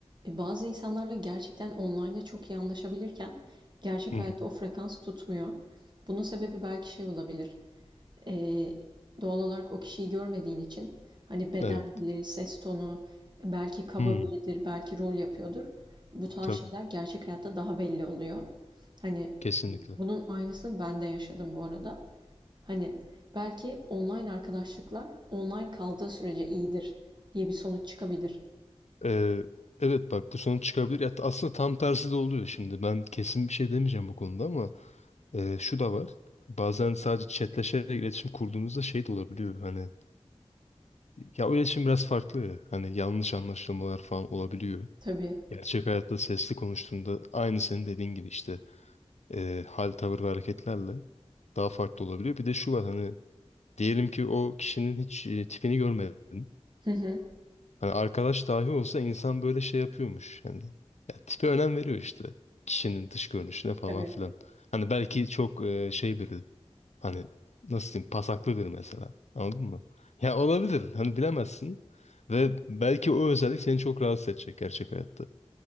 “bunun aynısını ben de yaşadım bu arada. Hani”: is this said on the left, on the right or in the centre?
Right